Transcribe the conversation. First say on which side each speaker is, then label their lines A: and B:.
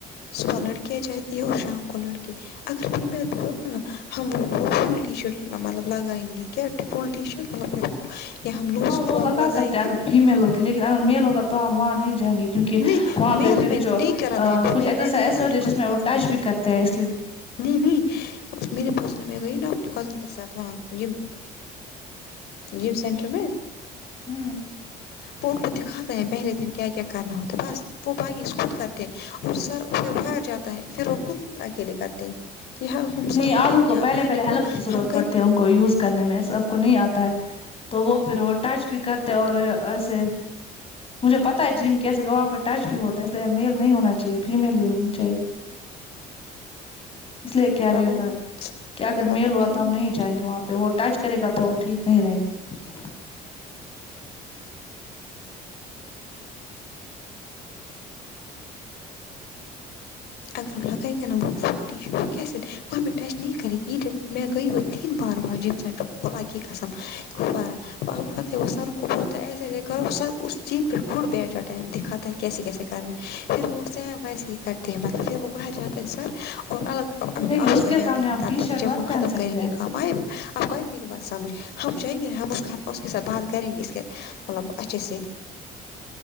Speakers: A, on the left; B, on the left.
A: صبح لڑکیاں جاتی ہے اور شام کو لڑکے اگر فیمیل بھی ہوگا نا ہمول وہ فل ٹی شرٹ مطلب لگائیں گے کیا فل ٹی شرٹ مطلب یا ہم لوز
B: ہاں
A: فراک
B: وہ لگا
A: لگائیں
B: سکتے ہیں
A: گے
B: اگر فیمیل ہوی لیکن اگر میل ہوگا تو ہم وہاں نہیں جائیں گے کیونکہ کہ
A: نہیں
B: وہاں
A: میل
B: پہ پھر
A: ہمیں
B: جو
A: نہیں کرا تھا
B: کچھ
A: میں
B: ایکسرسائز
A: میں گئی
B: ایسے
A: نا اپنے
B: ہوتی ہے جس
A: کزن
B: میں وہ ٹچ
A: کے ساتھ
B: بھی کرتے ہیں اس لیے
A: نہیں نہیں میرے پاس میں گئی نا اپنے کزن کے ساتھ وہاں جم جم سینٹر میں
B: ہوں
A: وہ ان کو دکھاتا ہے پہلے دن کیا کیا کرنا ہوتا بس وہ باقی خود کرتے ہیں اور سر پھر باہر جاتا ہے پھر وہ خود اکیلے کرتے ہیں یار ہم
B: نہیں
A: سر
B: آج
A: بولیں
B: ان
A: گے
B: کو
A: یار
B: پہلے
A: باہر
B: پہلے
A: نکلو
B: ہیلپ کی ضرورت
A: ہم کریں
B: پڑتی ہے
A: گے
B: ان کو یوز کرنے میں سب کو نہیں آتا ہے تو وہ پھر وہ ٹچ بھی کرتے اور ایسے مجھے پتا ہے جم کیسے کہ وہاں پہ ٹچ بھی ہوتا ہے اس لیے میل نہیں ہونا چاہیے فیمیل ہی ہونی چاہیے اس لیے کہہ رہی
A: اور مجھے
B: ہوں میں کہ اگر
A: ملا
B: میل ہوا
A: فی
B: تو
A: میں
B: ہم نہیں جائیں گے وہاں پہ وہ ٹچ کرے گا تو ٹھیک نہیں رہے گا
A: اگر ہم لگائی گے نا ب وہ پھلٹی ہی کی س <unintelligible> کوئی بھی ٹچ نہیں کرینگے میں گئی وہ تین بار بار جیب سینٹر خدا کی قسم خورا وہ پتہ ہے وہ سر ان کو بولتا ہیں ایسے ایسے کرو سر اس چیت پھو بیٹ جا ٹائم دکھت کیسے کیسے کرنے پھر وہ سیم ویسے ہی کرتے ہیں مطلب پھر وہ باہر جاتا ہے سر اور الگ
B: اچھا
A: اپنے
B: لیکن
A: آفس
B: اس کے
A: میں جاتے
B: سامنے
A: ہیں
B: ہم
A: تب
B: ٹی
A: تک
B: شرٹ
A: جب
B: مت
A: وہ
B: پہن
A: ختم
B: سکتے
A: کریں گے
B: ہیں
A: کام آئے اب آئی میری بات سمجھ ہم چاہیں گے ہم اس کے ساتھ بات کریں گے اس کے مطلب اچھے سے